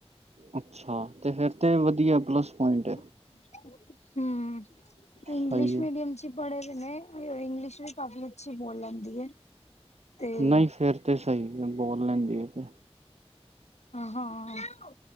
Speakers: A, on the right; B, on the left.
A: ਅੱਛਾ ਤੇ ਫਿਰ ਤੇ ਵਧੀਆ ਪਲ ਪੁਇੰਟ
B: ਅਛ। ਹਮ। ਇੰਗਲਿਸ਼
A: ਸਹੀ ਹੈ
B: ਮੀਡੀਅਮ ਚ। ਪੜ੍ਹੇ ਦੇ ਨੇ ਇੰਗਲਿਸ਼ ਵੀ ਕਾਫੀ ਅੱਛੀ ਬੋਲ ਲੈਂਦੀ ਹੈ। ਤੇ
A: ਨਹੀਂ ਫੇਰ ਤੇ ਸਹੀ ਬੋਲ ਲੈਂਦੀ ਆ ਤੇ
B: ਹਾਂ